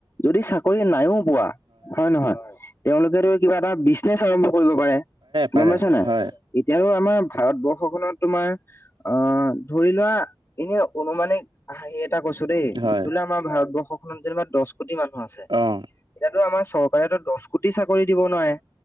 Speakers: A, on the left; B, on the right.
A: যদি চাকৰি নাইও পোৱা হয় নে নহয়। তেওঁলোকেতো কিবা এটা বিজনেচ আৰম্ভ কৰিব পাৰে,
B: পাৰে
A: গম পাইছ নে।
B: হয়
A: এতিয়াতো আমাৰ ভাৰতবৰ্ষখনত তোমাৰ আহ ধৰি লোৱা এনে অনুমানিক হাঁহি এটা কৈছো দেই,
B: হয়
A: বোলে আমাৰ ভাৰতবৰ্ষক জিলাত দহ কোটি মানুহ আছে
B: অ
A: এতিয়াতো আমাৰ চৰকাৰে দহ কোটি চাকৰি দিব নোৱাৰে